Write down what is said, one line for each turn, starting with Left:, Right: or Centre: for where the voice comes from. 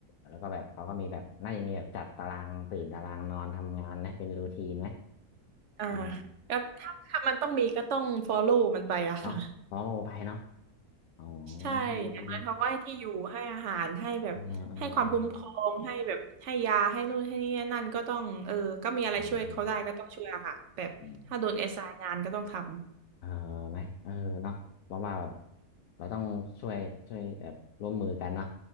Left: แล้วก็แบบเขาก็มีแบบน่าจะมีแบบจัดตารางตื่นตารางนอนทำงานนะเป็นรูทีนไหม
Right: อ่า
Left: เออ
Right: ก็ถ้าถ้ามันต้องมีก็ต้อง follow มันไปอะค่ะ
Left: เนาะพอโลไปเนาะอ๋อ
Right: ใช่อย่างน้อยเขาก็ให้ที่อยู่
Left: เออเออ
Right: ให้อาหาร ให้แบบให้ความคุ้มครองให้แบบให้ยาให้นู่นให้นี่นั่นก็ต้องเออก็มีอะไรช่วยเขาได้ก็ต้องช่วยอะค่ะแบบถ้าโดนแอสไซน์งานก็ต้องทำ
Left: เออเออเออเออ เออไหมเออเนาะเพราะว่าแบบเราต้องช่วยช่วยแบบร่วมมือกันเนาะ